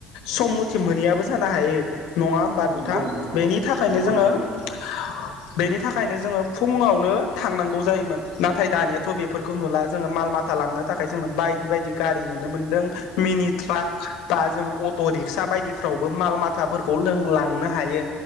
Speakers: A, on the left; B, on the right.
A: सम मथे मोनैयाबो जानो हायो नङा होमबा नोंथां
B: नंगौ नंगौ
A: बेनि थाखायनो
B: नंगौ
A: जोङो
B: नोंथां नंगौ
A: <inaudible> बेनि थाखायनो जोङो फुङावनो थांनांगौ जायोमोन नाथाय दानियाथ' बेफोरखौ नुला जोङो माल माथा लांनो थाखाय जोङो बायदि बायदि गारि नुनो मोनदों मिनि ट्राक बा जों अट' रिक्सा बायदिफ्राव बो माल माथाफोरखौ जों लांनो हायो